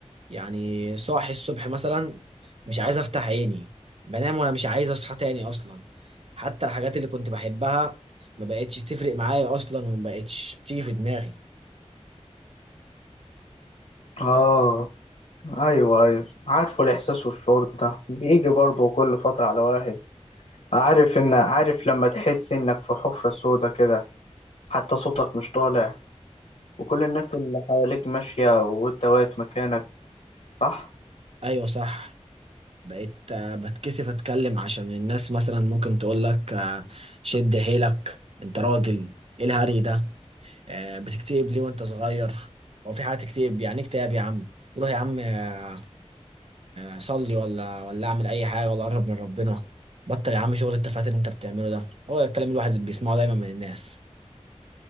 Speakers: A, on the right (about 55°); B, on the left (about 65°).
A: يعني صاحي الصبح مثلا مش عايز افتح عيني بنام وانا مش عايز اصحى تاني اصلا حتى الحاجات اللي كنت بحبها ما بقتش تفرق معايا اصلا وما بقتش بتيجي في دماغي
B: آه أيوه أيوه عارفه الإحساس والشعور ده بيجي برضه كل فترة على واحد عارف إن عارف لما تحس إنك في حفرة سودا كده حتى صوتك مش طالع وكل الناس اللي حواليك ماشية وأنت واقف مكانك صح؟
A: ايوه صح بقيت آه، بتكسف اتكلم عشان الناس مثلا ممكن تقول لك آه، شد حيلك انت راجل ايه الهري ده آه، بتكتئب ليه وانت صغير هو في حاجه تكتئب يعني إيه اكتئاب يا عم روح يا عم آه، اصلي ولا ولا اعمل اي حاجه ولا اقرب من ربنا بطل يا عم شغل التفاهات اللي انت بتعمله ده هو ده الكلام الواحد اللي بيسمعه دايما من الناس